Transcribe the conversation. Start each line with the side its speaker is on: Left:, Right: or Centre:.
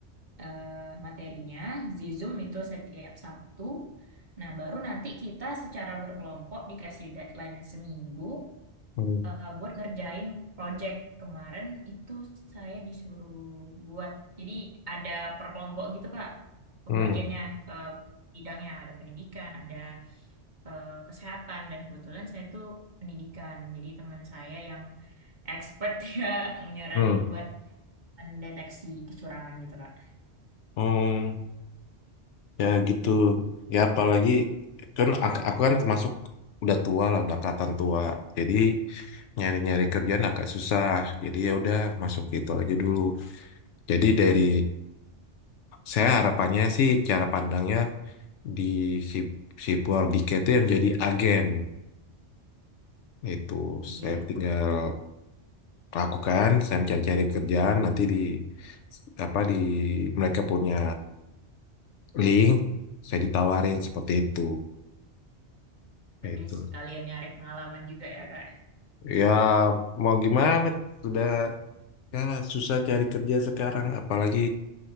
Right: eh, materinya, Zizum itu setiap Sabtu. Nah, baru nanti kita secara berkelompok dikasih deadline seminggu
Left: hmm,
Right: eh, buat ngerjain project. Kemarin itu saya disuruh buat, jadi ada per kelompok gitu Kak, pembagiannya
Left: hmm,
Right: eh, bidangnya ada pendidikan, ada eh, kesehatan dan kebetulan saya itu pendidikan. Jadi teman saya yang expert <laughs> ya nyaranin
Left: hmm,
Right: buat mendeteksi kecurangan gitu Kak.
Left: hmm. Ya gitu. Ya apalagi, kan ak- aku kan termasuk udah tua lah, udah angkatan tua. Jadi nyari-nyari kerjaan agak susah. Jadi ya udah masuk itu aja dulu. Jadi dari Saya harapannya sih cara pandangnya di si, si Purwardika itu yang jadi agen itu
Right: Kemudian.
Left: saya tinggal lakukan saya mencari-cari kerjaan nanti di apa di mereka punya link saya ditawarin seperti itu
Right: Berarti
Left: itu
Right: sekalian nyari pengalaman juga ya, Kak.
Left: ya mau gimana sudah ya susah cari kerja sekarang apalagi